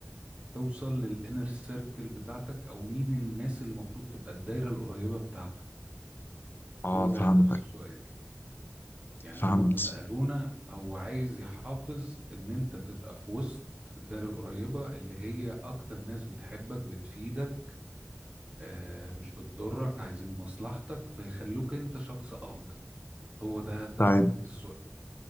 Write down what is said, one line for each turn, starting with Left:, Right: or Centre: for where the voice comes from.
Right: توصل للانر سيركل بتاعتك او مين الناس اللي المفروض تبقى الدايره القريبه بتاعتك
Left: اه
Right: هو ده
Left: فهمتك
Right: هدف السؤال يعني
Left: فهمت
Right: هما لما سالونا هو عايز يحافظ ان انت تبقى في وسط الدايره القريبه اللي هي اكتر ناس بتحبك بتفيدك آه مش بتضرك عايزين مصلحتك فيخلوك انت شخص افضل هو ده هدف
Left: طيب
Right: السؤال